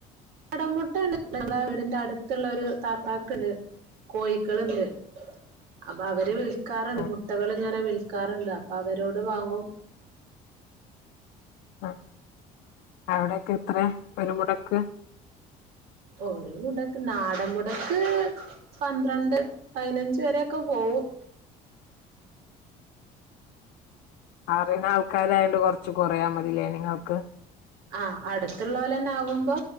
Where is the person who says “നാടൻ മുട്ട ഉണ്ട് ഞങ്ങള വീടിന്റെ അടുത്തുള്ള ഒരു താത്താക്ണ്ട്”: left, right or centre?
Right